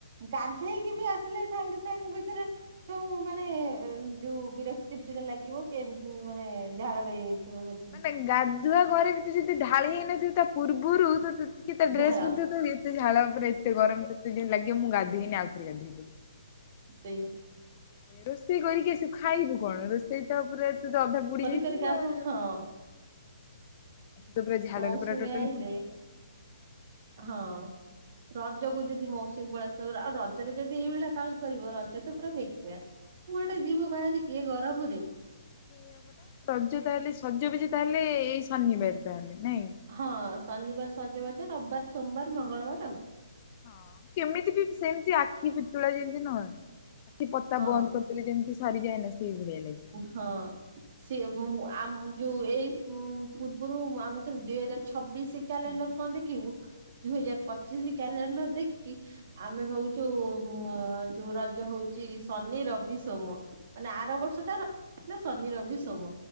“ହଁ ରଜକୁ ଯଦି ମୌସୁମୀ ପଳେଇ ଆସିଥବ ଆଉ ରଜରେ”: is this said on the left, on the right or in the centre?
Right